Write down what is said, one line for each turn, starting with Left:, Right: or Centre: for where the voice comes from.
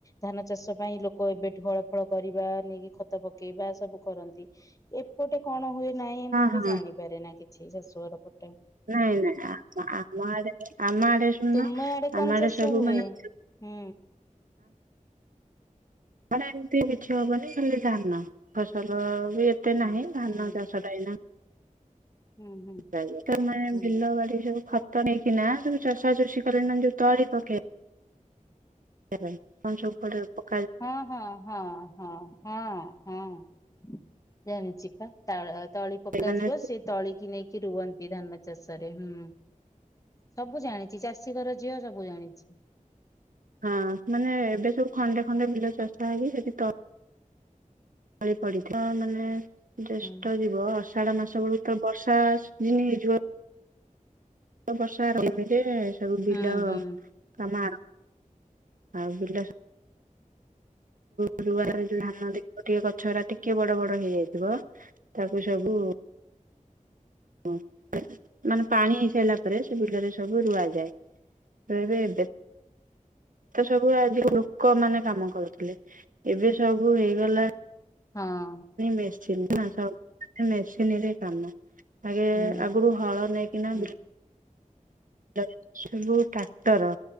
Left: ଧାନ ଚାଷ ପାଇଁ ଲୋକ ଏବେ ଠୁ ହଳ ଫଳ କରିବା ନେଇକି ଖତ ପକେଇବା ସବୁ କରନ୍ତି ଏପଟେ କଣ ହୁଏ ନାଇଁ ମୁଁ
Right: ହଁ
Left: ବି ଜାଣିପାରେନା କିଛି ଶାଶୁଘର ପ
Right: ନାଇଁ ନାଇଁ ଆ-ଆ-ଆମ ଆଡେ ଆମ ଆଡେ ଶୁଣୁନ
Left: ତୁମ କଣ
Right: ଆମ ଆଡେ
Left: ଚାଷ
Right: ସବୁ
Left: ହୁଏ?
Right: ମାନେ।
Left: ହୁଁ।
Right: ମାନେ ଏମିତି କିଛି ହବନି ଖାଲି ଧାନ ଫସଲ। ବି ଏତେ
Left: ହୁଁ
Right: ନାହିଁ ଧାନ
Left: ହୁଁ
Right: ଚାଷଟା ଏଇନା।
Left: ହୁଁ ହୁଁ
Right: ରହିବ ତମେ
Left: ହୁଁ
Right: ବିଲ ବାଡି ଯୋଉ ଖ ଖତ ନେଇକି ନା ସବୁ ଚଷା ଚୁସି କର ନା ଯୋଉ ତଳି ପକେଇ <unintelligible> ଉପରେ ପ
Left: ହଁ ହଁ ହଁ ହଁ ହଁ। ହଁ ଜାଣିଛିି ପା ତାଳ ତଳି ପକାଯିବ
Right: ମାନେ
Left: ସେ ତଳି କିି ନେଇ ରୁଅନ୍ତି ଧାନ ଚାଷ ରେ ହୁଁ। ସବୁ ଜାଣିଛି ଚାଷୀ ଘର ଝିଅ ସବୁ ଜାଣିଛି।
Right: ହଁ ମାନେ ଏବେ ସବୁ ଖଣ୍ଡେ ଖଣ୍ଡେ ବିଲ ଚଷା ହେଇକି ସେଠି ତ ତଳି ପଡିଥାଏ ହଁ ମାନେ। ଜ୍ୟେଷ୍ଠ
Left: ହୁଁ
Right: ଯିବ ଅଷାଢ ମାସ ବେଳକୁ ତ ବର୍ଷା ସିଯିନ ହେଇଯିବ। ବର୍ଷା ଆରମ୍ଭ ହେଲେ ସବୁ ବିଲ
Left: ହୁଁ ହୁଁ।
Right: କାମ ଆ ଆଉ ବିଲ ଗୁରୁବାରରେ ଯୋଉ ଧା ନ ଦେଖ ଗୋଟିଏ ଗଛ ହେରା ଟିକେ ବଡ ବଡ ହେଇଯାଇଥିବ ତାକୁ ସବୁ। ଉ। ମାନେ ପାଣି ହେଇସାରିଲା ପରେ ସେଗୁଡିକରେ ସବୁ ରୁଆଯାଏ ତେବେ ଏବେ ଏତେ ସବୁ ଆଜି ଲୋକ ମାନେ କାମ କରୁଥିଲେ ଏବେ ସବୁ ହେଇଗଲା।
Left: ହଁ
Right: ମେସିନ ନା ସବୁ ମେସିନି ରେ କାମ। ଆଗେ
Left: ହୁଁ
Right: ଆଗରୁ ହଳ ନେଇକିନା
Left: ହୁଁ
Right: ବି ଲରେ ସବୁ ଟ୍ରାକ୍ଟର